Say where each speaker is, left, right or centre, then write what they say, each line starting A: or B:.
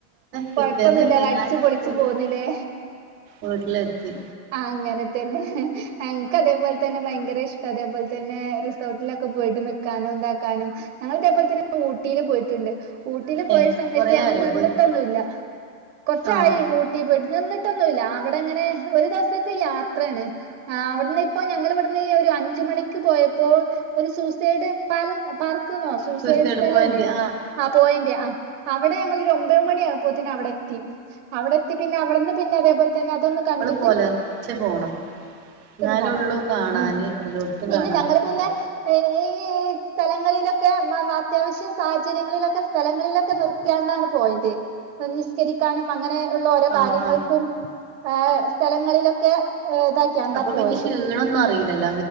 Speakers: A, on the right (about 50°); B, on the right (about 70°).
A: കൊഴപ്പൊന്നും
B: പിറ്റേന്ന്
A: ഇല്ലാതെ
B: വൈന്നേരം
A: അടിച്ച്
B: ആയപ്പോത്തിന്
A: പൊളിച്ച് പോന്ന് ലെ
B: വീട്ടിലെത്തി
A: ആ അങ്ങനെ തന്നെ ഞങ്ങക്ക് അതേപോലെ തന്നെ ഭയങ്കര ഇഷ്ടം അതേപോലെ തന്നെ റിസോർട്ടിലൊക്കെ പോയിട്ട് നിക്കാനും ഇതാക്കാനും ഞങ്ങൾ ഇതേപോലെ തന്നെ ഊട്ടിൽ പോയിട്ട്ണ്ട് ഊട്ടിൽ പോയ
B: ഏഹ്
A: സമയത്ത്
B: കൊറേ
A: ഞങ്ങൾ
B: ആയോ
A: നിന്നിട്ടൊന്നുയില്ല
B: പോയിട്ട്
A: കൊറച്ചായി
B: ആഹ്
A: ഊട്ടി പോയി നിന്നിട്ടൊന്നുയില്ല അവ്‌ടെങ്ങനെ ഒരു ദിവസത്തെ യാത്രയാണ് ആ അവ്ടന്ന് ഇപ്പോ ഞങ്ങൾ ഇവട്ന്ന് ഒരു അഞ്ച് മണിക്ക് പോയപ്പോൾ ഒരു സൂസെഡ് പാലം പാർ ക്ക്ന്നോ സൂസൈഡ്
B: സൂയിസൈഡ്
A: സ്ഥലം
B: പോയിന്റ്
A: അല്ലേ
B: ആഹ്
A: ആ പോയിന്റ് ആ അവിടെ ഞങ്ങൾ ഒര് ഒമ്പെ മണി ആയപ്പോത്തിന് അവിടെ എത്തി അവിടെ എത്തി പിന്നെ അവിടുന്ന് പിന്നെ അതേപോലെ തന്നെ അതൊന്ന് കണ്ട്
B: പൊലർച്ച പോണം ഇന്നാലൊള്ളു
A: പോണം
B: കാണാന്
A: ഉം
B: എല്ലോട്ത്തും
A: പിന്നെ
B: കാണാൻ
A: ഞങ്ങള്
B: പറ്റെ
A: പിന്നെ ഈ സ്ഥലങ്ങളിലൊക്കെ മന്നാ അത്യാവശ്യ സാചര്യങ്ങളിലൊക്കെ സ്ഥലങ്ങളിലൊക്കെ നിർത്തിയാണ്ടാണ് പോയത് നിസ്കരിക്കാനും അങ്ങനെ ഉള്ള ഓരോ
B: ആ
A: കാര്യങ്ങൾക്കും
B: ആ
A: ഏ എ സ്ഥലങ്ങളിലൊക്കെ ഏ ഇതാക്കിയാണ്ടാ
B: അപ്പൊ
A: പോയത്
B: പിന്നെ ക്ഷീണൊന്നും അറിയില്ലല്ലോ